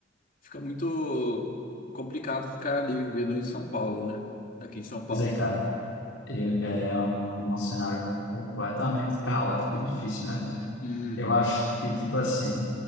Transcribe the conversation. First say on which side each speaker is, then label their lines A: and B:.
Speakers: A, on the left (about 45°); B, on the left (about 85°).
A: fica muito complicado ficar ali vivendo em São Paulo, né? Aqui em São
B: Pois
A: Paulo.
B: é, cara, eu- é um, um cenário completamente caótico e difícil, né? Tu-
A: Uhum,
B: Eu acho que, tipo assim,